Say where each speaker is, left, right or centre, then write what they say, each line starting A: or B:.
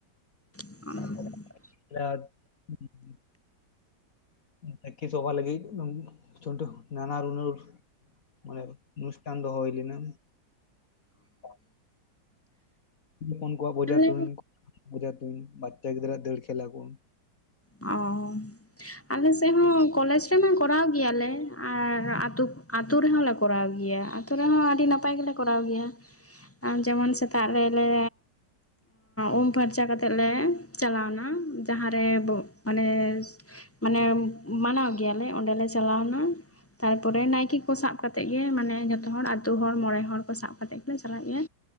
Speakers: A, on the left (about 20°); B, on the left (about 50°).
A: <unintelligible>
B: ᱛᱟᱯᱚᱨᱮ <inaudible> ᱥᱟᱹᱠᱷᱤ ᱥᱚᱵᱷᱟ ᱞᱟᱹᱜᱤᱫ ᱪᱚᱢᱴᱩ ᱱᱟᱱᱟᱨ ᱦᱩᱱᱟᱨ ᱢᱟᱱᱮ ᱚᱱᱩᱥᱴᱟᱱ ᱫᱚᱦᱚ ᱦᱩᱭ ᱞᱮᱱᱟ᱾ ᱚ ᱦᱚᱸ ᱩᱱᱠᱩᱣᱟᱜ ᱵᱚᱡᱟ
A: ᱟᱞᱮ
B: ᱛᱩᱧ ᱵᱚᱡᱟ ᱛᱩᱧ ᱵᱟᱪᱪᱟ ᱜᱤᱫᱽᱨᱟᱹᱣᱟᱜ ᱫᱟᱹᱲ ᱠᱷᱮᱞᱟ ᱠᱚ᱾
A: ᱚ ᱟᱞᱮ ᱥᱮᱫ ᱦᱚᱸ ᱠᱚᱞᱮᱡᱽ ᱨᱮᱢᱟ ᱠᱚᱨᱟᱣ ᱜᱮᱭᱟᱞᱮ ᱟᱨ ᱟᱛᱩᱜ ᱟᱛᱳ ᱨᱮᱦᱚᱸ ᱞᱮ ᱠᱚᱨᱟᱣ ᱜᱮᱭᱟ᱾ ᱟᱛᱳ ᱨᱮᱦᱚᱸ ᱟᱹᱰᱤ ᱱᱟᱯᱟᱭ ᱜᱮᱞᱮ ᱠᱚᱨᱟᱣ ᱜᱮᱭᱟ ᱟᱨ ᱡᱮᱢᱚᱱ ᱥᱮᱛᱟᱜ ᱨᱮᱞᱮ ᱩᱢ ᱯᱷᱟᱨᱪᱟ ᱠᱟᱛᱮᱜ ᱞᱮ ᱪᱟᱞᱟᱣᱱᱟ ᱡᱟᱦᱟᱸᱨᱮ ᱢᱟᱱᱮ ᱢᱟᱱᱮ ᱢᱟᱱᱟᱣ ᱜᱮᱭᱟᱞᱮ ᱚᱸᱰᱮᱞᱮ ᱪᱟᱞᱟᱣᱱᱟ ᱛᱟᱨᱯᱚᱨᱮ ᱱᱟᱭᱠᱮ ᱠᱚ ᱥᱟᱵ ᱠᱟᱛᱮᱫ ᱜᱮ ᱢᱟᱱᱮ ᱡᱚᱛᱚ ᱦᱚᱲ ᱟᱛᱳ ᱦᱚᱲ ᱢᱚᱬᱮ ᱦᱚᱲ ᱠᱚ ᱥᱟᱵ ᱠᱟᱛᱮᱫ ᱜᱮᱞᱮ ᱪᱟᱞᱟᱜ ᱜᱮᱭᱟ